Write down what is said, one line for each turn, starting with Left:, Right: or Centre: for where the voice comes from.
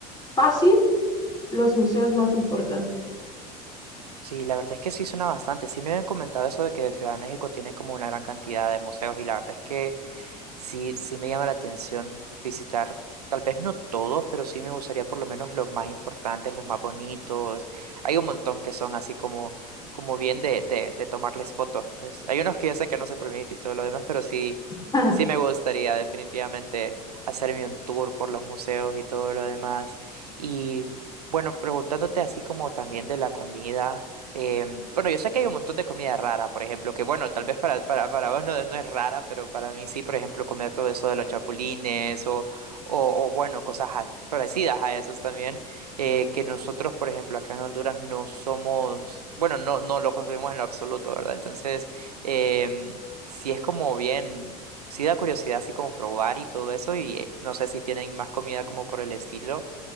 Left: fácil los museos más importantes.
Right: Sí, la verdad es que sí suena bastante. Sí me habían comentado eso de que Ciudad de México tiene como una gran cantidad de museos y la verdad es que Sí, sí me llama la atención visitar, tal vez no todos, pero sí me gustaría por lo menos los más importantes, los más bonitos. Hay un montón que son así como, como bien de, de, de tomarles fotos, pues. Hay unos que yo sé que no se permite y todo lo demás, pero sí,
Left: <laughs>
Right: sí me gustaría definitivamente hacerme un tour por los museos y todo lo demás. Y bueno, preguntándote así como también de la comida. Em, bueno, yo sé que hay un montón de comida rara, por ejemplo, que bueno, tal vez para, para, para vos no, no es rara, pero para mí sí, por ejemplo, comer todo eso de los chapulines o, o, o, bueno, cosas a- parecidas a esos también, eh, que nosotros, por ejemplo, acá en Honduras no somos, bueno, no, no lo consumimos en lo absoluto, ¿verdad? Entonces, em, sí es como bien, sí da curiosidad así como probar y todo eso, y eh, no sé si tienen más comida como por el estilo